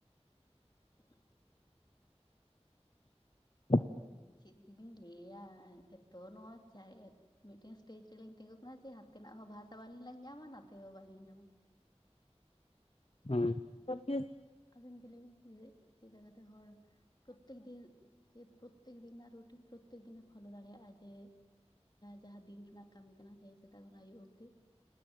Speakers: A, on the left (about 40°); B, on the left (about 60°).
A: <unintelligible>
B: <inaudible>
A: ᱪᱮᱫ ᱡᱤᱞᱤᱧ ᱞᱟᱹᱭᱟ, ᱮᱛᱚ ᱱᱚᱣᱟ ᱪᱟᱭ ᱢᱤᱫ ᱴᱮᱱ ᱥᱴᱮᱡ ᱨᱮᱞᱤᱧ ᱛᱤᱸᱜᱩ ᱟᱠᱟᱱᱟ, ᱡᱮ ᱦᱟᱛᱮᱱᱟᱜ ᱦᱚᱸ ᱵᱷᱟᱥᱟ ᱵᱟᱞᱤᱧ <unintelligible> ᱧᱟᱢᱟ ᱚᱱᱟᱛᱮ ᱦᱚᱸ ᱵᱟᱹᱞᱤᱧ ᱧᱟᱢᱟ᱾
B: ᱦᱮᱸ ᱟᱨᱠᱤ
A: ᱟᱹᱵᱤᱱ ᱜᱮ ᱞᱟᱹᱭ ᱵᱤᱱ, ᱡᱮ ᱪᱮᱫ ᱞᱮᱠᱟ ᱠᱟᱛᱮᱫ ᱦᱚᱲ ᱯᱨᱚᱛᱮᱠ ᱫᱤᱱ ᱡᱮ ᱯᱨᱚᱛᱮᱠ ᱫᱤᱱ ᱨᱮᱱᱟᱜ ᱨᱩᱴᱤᱱ ᱯᱨᱚᱛᱮᱠ ᱫᱤᱱᱮ ᱯᱷᱳᱞᱳ ᱫᱟᱲᱮᱭᱟᱜᱼᱟ ᱡᱮ ᱡᱟᱦᱟᱸ ᱫᱤᱱ ᱨᱮᱱᱟᱜ ᱠᱟᱹᱢᱤ ᱠᱟᱱᱟ ᱛᱟᱦᱮᱸᱧ ᱥᱮᱛᱟᱜ ᱠᱷᱚᱱᱚ ᱟᱭᱩᱵ ᱚᱵᱫᱤ